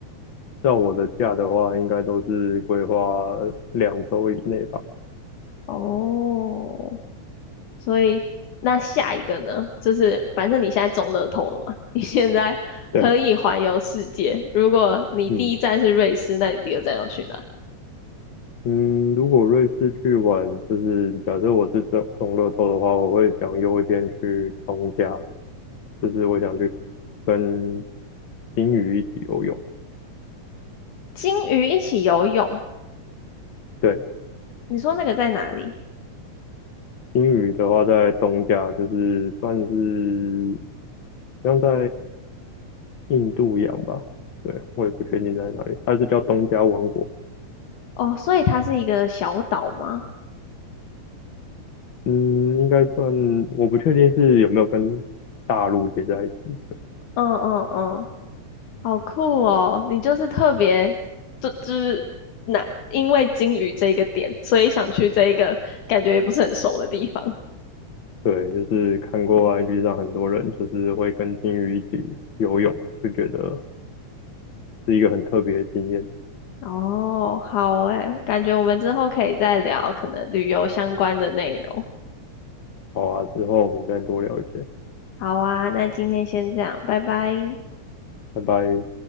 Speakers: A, on the left; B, on the left.
A: 照我的假的话，应该都是规划两周以内吧。
B: 哦，所以那下一个呢？就是反正你现在中乐透了嘛，<laughs> 你现在可以环游世界。
A: 对，
B: 如果你第一站是瑞士，
A: 嗯。
B: 那你第二站要去哪？
A: 嗯，如果瑞士去玩，就是假设我是中中乐透的话，我会想优先去东加，就是我想去跟金鱼一起游泳。
B: 鲸鱼一起游泳，
A: 对，
B: 你说那个在哪里？
A: 金鱼的话在东加，就是算是像在印度洋吧。对，我也不确定在哪里，它是叫东加王国。
B: 哦，所以它是一个小岛吗？
A: 嗯，应该算，我不确定是有没有跟大陆接在一起。
B: 嗯嗯嗯。好酷哦！你就是特别，就就是那因为金鱼这一个点，所以想去这一个感觉也不是很熟的地方。
A: 对，就是看过 IG 上很多人就是会跟金鱼一起游泳，就觉得是一个很特别的经验。
B: <laughs> 哦，好诶，感觉我们之后可以再聊可能旅游相关的内容。
A: 好啊，之后我们再多聊一些，
B: 好啊，那今天先这样，拜拜。
A: 拜拜。